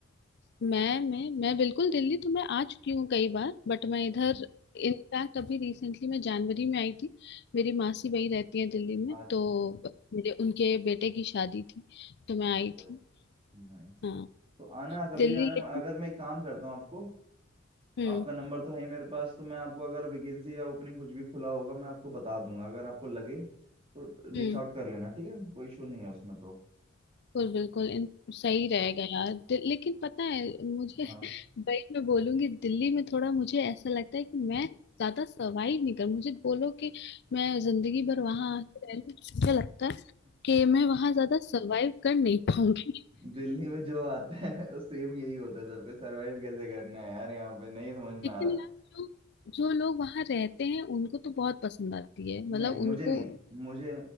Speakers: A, on the left; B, on the right.
A: मैं मैं मैं बिल्कुल दिल्ली तो मैं आ चुकी हूँ कई बार बट मैं इधर
B: हम्म
A: इनफैक्ट अभी रिसेंटली मैं जनवरी में आई थी मेरी मासी वही रहती है दिल्ली में
B: अच्छा
A: तो मेरे उनके बेटे की शादी थी तो मैं आई
B: देखो
A: थी
B: नाइस
A: हाँ
B: तो आना कभी
A: दिल्ली
B: भी आना
A: लेकिन
B: अगर मैं एक काम करता हूँ आपको
A: हम्म
B: आपका नंबर तो है ही मेरे पास तो मैं आपको अगर वैकेंसी या ओपनिंग कुछ भी खुला होगा मैं आपको बता दूंगा अगर आपको लगे तो रीच
A: हम्म
B: आउट कर लेना ठीक है कोई इशू नहीं है उसमें तो
A: बिल्कुल बिल्कुल इन सही रहेगा यार दि- लेकिन पता है मुझे
B: हाँ
A: <laughs> वही मैं बोलूंगी दिल्ली में थोड़ा मुझे ऐसा लगता है कि मैं ज्यादा सरवाइव नहीं कर मुझे बोलो कि मैं जिंदगी भर वहां आके रह लूं मुझे लगता है
B: <laughs>
A: कि मैं वहां ज्यादा सरवाइव कर नहीं पाऊंगी
B: दिल्ली में जो आता है वो सेम यही होता है सबका सरवाइव कैसे करना है यार यहाँ पे नहीं समझ
A: <laughs>
B: में
A: लेकिन
B: आ रहा
A: यार जो जो लोग वहां रहते हैं उनको तो बहुत पसंद आती है मतलब
B: नहीं मुझे
A: उनको
B: नहीं है मुझे